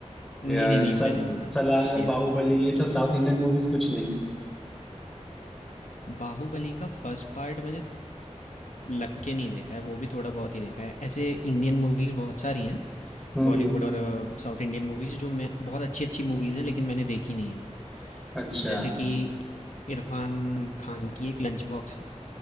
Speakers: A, on the left; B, in the centre.
A: नहीं,
B: या
A: नहीं, नहीं
B: सल,
A: मैंने नहीं देखी
B: सलार
A: केजीएफ।
B: बाहुबली ये सब साउथ इंडियन मूवीज कुछ नहीं
A: बाहुबली का फर्स्ट पार्ट मैंने लग के नहीं देखा है, वो भी थोड़ा बहुत ही देखा है। ऐसे इंडियन मूवीज़ बहुत सारी हैं,
B: हम्म
A: बॉलीवुड
B: हम्म
A: और साउथ इंडियन मूवीज़ जो मैं बहुत अच्छी-अच्छी मूवीज़ हैं लेकिन मैंने देखी नहीं है।
B: अच्छा
A: जैसे कि इरफान खान की एक लंच बॉक्स है,